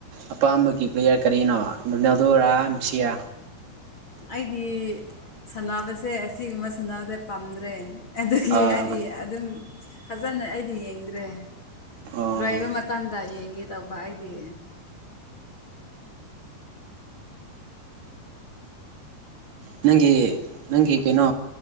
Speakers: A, on the right; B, on the left.
A: ꯑꯄꯥꯝꯕꯒꯤ ꯄ꯭ꯂꯦꯌꯔ ꯀꯔꯤꯅꯣ ꯔꯣꯅꯥꯜꯗꯣꯔꯥ ꯃꯦꯁꯤꯔꯥ꯫
B: ꯑꯩꯗꯤ ꯁꯥꯟꯅꯕꯁꯦ ꯑꯁꯤꯒꯨꯝꯕ ꯁꯥꯟꯅꯕꯁꯦ ꯄꯥꯝꯗ꯭ꯔꯦ꯫ ꯑꯗꯨꯒꯤ
A: ꯑꯥ
B: ꯑꯩꯗꯤ ꯑꯗꯨꯝ ꯐꯖꯅ ꯑꯩꯗꯤ ꯌꯦꯡꯗ꯭ꯔꯦ꯫
A: ꯑꯣ
B: ꯂꯣꯏꯕ ꯃꯇꯝꯗ ꯌꯦꯡꯒꯦ ꯇꯧꯕ ꯑꯩꯗꯤ꯫
A: ꯅꯪꯒꯤ ꯅꯪꯒꯤ ꯀꯩꯅꯣ